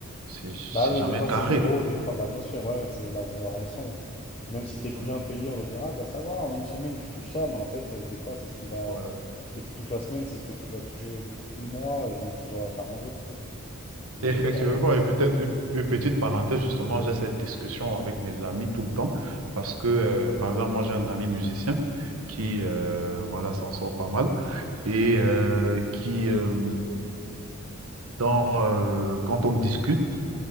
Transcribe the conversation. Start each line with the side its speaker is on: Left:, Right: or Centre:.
Right: c'est
Left: Bah
Right: c'est
Left: oui,
Right: jamais
Left: des fois
Right: carré.
Left: c'est zéro, des fois, bah bien sûr, ouais, c'est la variation. Même si t'es bien
Right: Ouais,
Left: payé, on va dire, ah bah ça va, en une semaine tu touches ça, mais en fait, euh, des fois c'est ce qui va,
Right: voilà.
Left: ce que tu touches la semaine, c'est ce que tu vas toucher pour tout le mois, et donc tu dois t'arranger, quoi. Il
Right: Et
Left: y a
Right: effectivement,
Left: des périodes. où c'est-
Right: et peut-être une une petite parenthèse, justement, j'ai cette discussion avec mes amis tout le temps parce que, euh, par exemple, moi, j'ai un ami musicien qui, euh, voilà, s'en sort pas mal et euh, qui, euh, dans, euh, quand on discute,